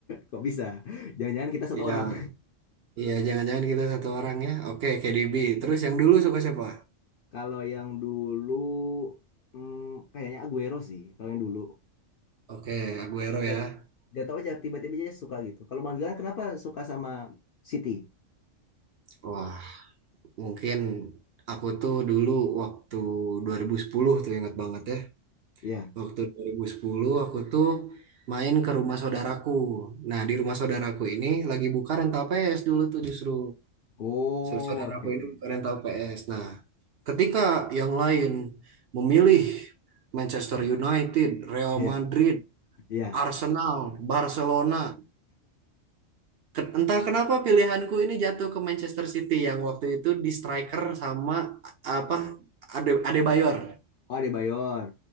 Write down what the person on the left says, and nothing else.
Kok bisa? Jangan-jangan kita satu
orang.
Kalau yang dulu hmm, kayaknya Aguero sih. Kalau yang dulu.
Gak, gak tau aja tiba-tiba aja suka gitu. Kalau Bang Gilang kenapa suka sama City?
Ya.
Oh,
oke oke.
Iya,
iya.
Oh, Adebayor.